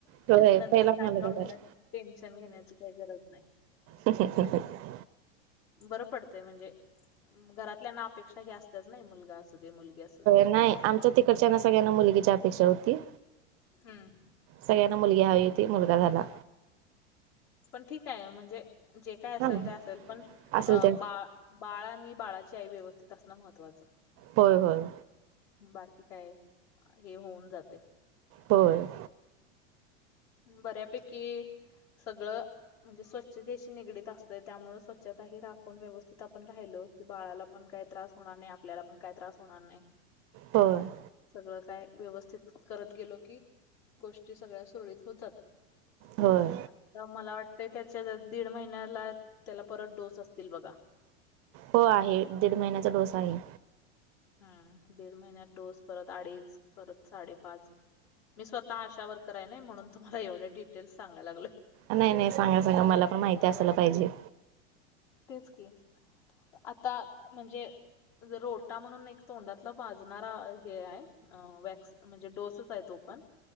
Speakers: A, on the right; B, on the left.
A: होय
B: नंतर
A: पहिला
B: काय
A: मुलगा
B: काय होईना.
A: झाला
B: टेन्शन घेण्याची काही गरज नाही.
A: हके हकट <unintelligible>
B: बरं पडतंय म्हणजे. घरातल्यांना अपेक्षा ही असतेच ना मुलगा अस ते मुलगी असू दे
A: नाय. आमच्या तिकडच्यां ना. सगळ्यांना मुलगीची अपेक्षा होती.
B: हम्म.
A: सगळ्यांना मुलगी हवी होती. मुलगा झाला.
B: पण ठीके. म्हणजे जे काय असेल
A: हा
B: ते असेल. पण
A: असेल
B: अ
A: त्या
B: बा बाळ आणि बाळाची आई. व्यवस्थित असणं महत्त्वाचं.
A: होय, होय.
B: बाकी काय. हे होऊन जातय.
A: होय.
B: बऱ्यापैकी सगळं. म्हणजे स्वच्छतेशी निगडीत असते. त्यामुळे स्वच्छताही राखून व्यवस्थित आपण राहिल. कि बाळाला पण काही त्रास होणार नाही. आपल्याला पण काय त्रास होणार नाही.
A: होय.
B: सगळं काय व्यवस्थित करत गेलो की, गोष्टी सगळ्या सुरळीत हो जातात.
A: होय.
B: तर मला वाटतंय त्याच्या दीड महिन्याला. त्याला परत डोस असतील बघा्.
A: हो आहे. दीड महिन्याचा डोस आहे.
B: हम्म दीड महिन्यात डोस. परत अडीच. परत साडेपाच. मी स्वतः आशा वकररायनी. म्हणून तुम्हाला एवढ्या डिटेल्स सगयला लागले.
A: नाही नाही. सांगा सांगा. मला पण माहिती असायला पाहिजे.
B: तेच की, आता म्हणजे. रोटा म्हणून. एक तोंडातला पाजणारा हे आहे. वक्स म्हणजे डोसेच आहे तो पण.